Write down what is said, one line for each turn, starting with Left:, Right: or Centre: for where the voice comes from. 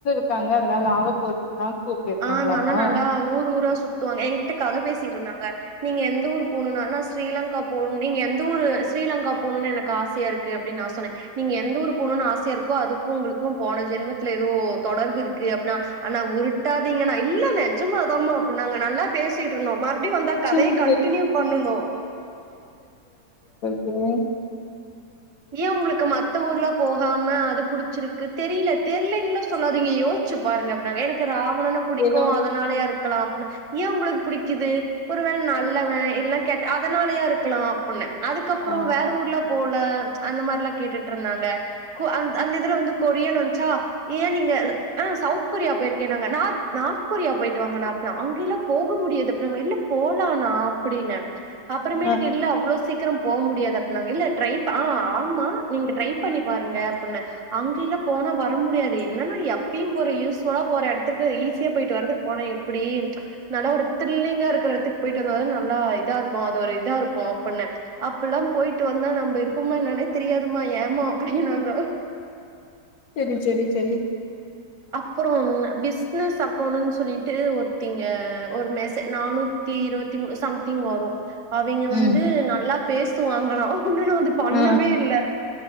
Left: க்காங்க அதனால நாகப்பூர் நாக்பூர் போய்ருக்காங்ளாமா
Right: அந்த அண்ணா நல்லா ஊர் ஊரா சுத்துவாங் எங்கிட்ட கத பேசிட்ருந்தாங்க க நீங்க எந்த ஊரு போணுனா நா ஸ்ரீலங்கா போணுன் நீங்க எந்த ஊரு ஸ்ரீலங்கா போணுன் எனக்கு ஆசையா இருக் கு அப்டின் நா சொன்னே நீங்க எந்த ஊர் போணுன் ஆசையாருக்கோ அதுக்கு உங்குளுக்கு போன ஜென்மத்துல எதோ தொடர்பு இருக்கு அப்னா அண்ணா உருட்டாதீங்கன்னா இல்ல நெஜமா தாம்மா அப்பு நாங்க நல்லா பேசிட்டு இருந்தோ மறுபடியு வந்தா கதய
Left: செரி
Right: கண்டினியூ
Left: செரி
Right: பண்ணனு
Left: இல்லைங்
Right: ஏன் உங்களுக்கு ம த்த ஊர்லா போகாம அது புடிச்சிருக்கு தெரில தெரிலனல்லா சொல்லாதீங்க யோசிச்சு பாருங்க நகை எடுக்கற ஆவல்னா புடிக்கு
Left: ஏதோ
Right: அதனாலயா இருக்கலா ஏன் உங்களுக்கு புடிக்குது ஒரு வேள நல்லவன் இல்லை கெட்ட அதனாலயா இருக்கலா அப்டின அதுக்கப்றோ
Left: ஆ
Right: வேற ஊர்லா போல அந்த மாரில்லா கேட்டுட்டு இருந்தாங்க கொ அந்த அந்த இதுல வந்து கொரியானு வந்ச்சா ஏன் நீங்க ஆ சவுத் கொரியா போயிருக்கனாங்க நார்த் நார்த் கொரியா போயிட்டு வாங்கண்ணா நா அங்கே எல்லா போக முடியாது அப்பனாங்க இல்ல போலானா அப்டின அப்புறமேட்டுக்கு
Left: ஆ
Right: இல்ல அவ்ளோ சீக்கிரோ போ முடியாது அப்டினாங்க இல்ல ட்ரைப் ஆ ஆமா நீங்க ட்ரை பண்ணி பாருங்க அப்டின அங்க எல்லா போனா வர முடியாது என்னனா எப்பயும் போற யூஸ்லா போற எடத்துக்கு ஈஸியா போயிட்டு வரதுக்கு போனா எ ப்டி நல்லா ஒரு த்ரில்லிங்கா இருக்கற எடத்துக்கு போயிட்டு வந்தாதா நல்லா இதா இருக்கு அது ஒரு இதா இருக்கு அப்டின அப்ப எல்லாம் போயிட்டு வந்தா நம்ம இருப்போமா என்னனே தெரியாதுமா ஏமா அப்டினாங்க
Left: செரி செரி செரி
Right: அப்றோ ஒன்னு பிஸ்னஸ் அக்கௌன்னு சொல்ட்டு ஒருத்தி இங்க ஒரு மெசே நானு த்தி இருவத்தி மூணு சம்திங் வரு அவிங்க
Left: ம்
Right: வந்து நல்லா பேசுவாங்களா உண்ணு நா அது பண்ணவே
Left: ஆ
Right: இல்ல